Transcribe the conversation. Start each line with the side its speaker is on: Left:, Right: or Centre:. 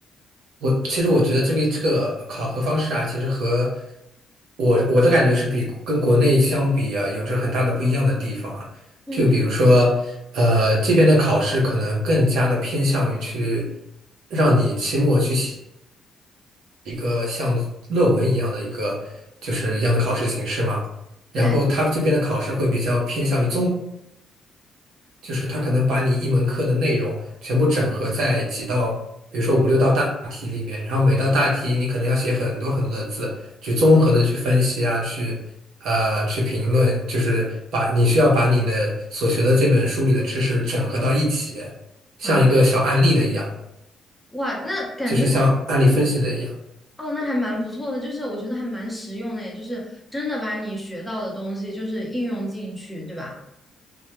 Right: 我其实我觉得这个这个考核方式啊，其实和我我的感觉是比跟国内相比啊，有着很大的不一样的地方啊。
Centre: 嗯，
Right: 就比如说，呃，这边的考试可能更加的偏向于去让你期末去写一个像论文一样的一个就是一样的考试形式嘛。然后他这边的考试会比较偏向于综。
Centre: 对
Right: 就是它可能把你一门课的内容全部整合在几道，比如说五六道大题里面，然后每道大题你可能要写很多很多的字，去综合的去分析啊，去呃去评论，就是把你需要把你的所学的这本书里的知识整合到一起，像一个小案例的一样，
Centre: 啊，哇，那感觉
Right: 就是像案例分析的一样。
Centre: 哦，那还蛮不错的，就是我觉得还蛮实用的耶，就是真的把你学到的东西就是应用进去，对吧？